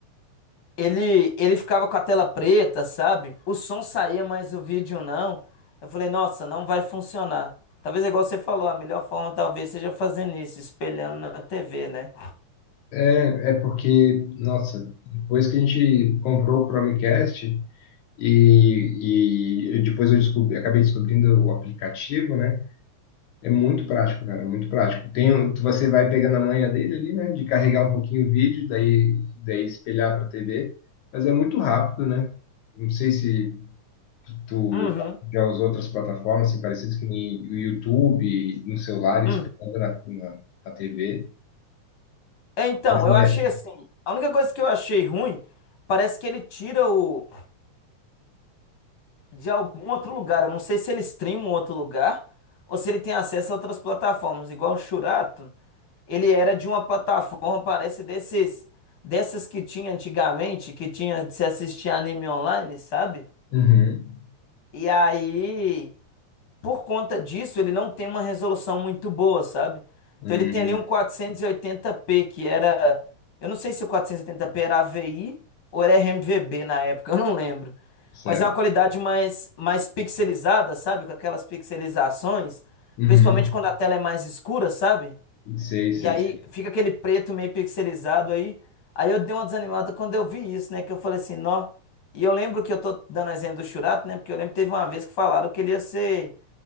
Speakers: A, on the left (about 45°); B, on the left (about 80°).
A: Ele, ele ficava com a tela preta, sabe? O som saía, mas o vídeo não. Eu falei, nossa, não vai funcionar. Talvez é igual você falou, a melhor forma talvez seja fazendo isso, espelhando na TV, né?
B: É, é porque, nossa, depois que a gente comprou o Chromecast e, e depois eu descobri, acabei descobrindo o aplicativo, né? É muito prático, cara, é muito prático. Tem, um- tu- você vai pegando a manha dele ali, né? De carregar um pouquinho o vídeo, daí, daí espelhar para a TV, mas é muito rápido, né? Não sei se tu
A: Uhum.
B: já usou outras plataformas assim, parecidas que nem o YouTube, no celular, espelhando
A: Hum.
B: na, na, na TV.
A: É, Então,
B: Mas
A: eu
B: é.
A: achei assim, a única coisa que eu achei ruim, parece que ele tira o, de algum outro lugar. Eu não sei se ele streama um outro lugar ou se ele tem acesso a outras plataformas. Igual o Shurato, ele era de uma plataforma, parece desses, dessas que tinha antigamente, que tinha de se assistir anime online, sabe?
B: Uhum.
A: E aí por conta disso, ele não tem uma resolução muito boa, sabe?
B: Hum,
A: Então ele tem ali um 480p, que era. Eu não sei se o 480p era AVI ou era RMVB na época, <laughs> eu não lembro.
B: certo.
A: Mas é uma qualidade mais, mais pixelizada, sabe? Com aquelas pixelizações,
B: Uhum.
A: principalmente quando a tela é mais escura, sabe?
B: Sei, sei,
A: E aí
B: sei.
A: fica aquele preto meio pixelizado aí. Aí eu dei uma desanimada quando eu vi isso, né? Que eu falei assim, nó. E eu lembro que eu tô dando exemplo do Shurato, né? Porque eu lembro que teve uma vez que falaram que ele ia ser